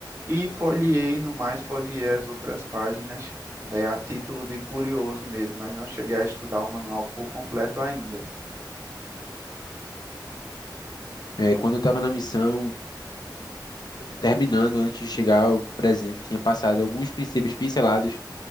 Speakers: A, on the right (about 30°); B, on the left (about 60°).
A: e folheei, no mais, folheei as outras páginas é, a título de curioso mesmo, mas não cheguei a estudar o manual por completo ainda.
B: É, quando eu tava na missão, terminando antes de chegar ao presente, tinha passado alguns princípios pincelados